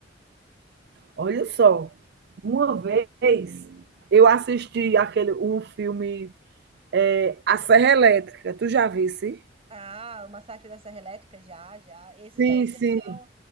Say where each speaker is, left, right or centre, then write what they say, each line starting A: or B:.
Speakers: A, on the right; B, on the right.
A: Olha só, uma vez eu assisti aquele um filme, é A Serra Elétrica, tu já visse?
B: Ah, o Massacre da Serra Elétrica, já, já. Esses
A: Sim,
B: daí já
A: sim.
B: são,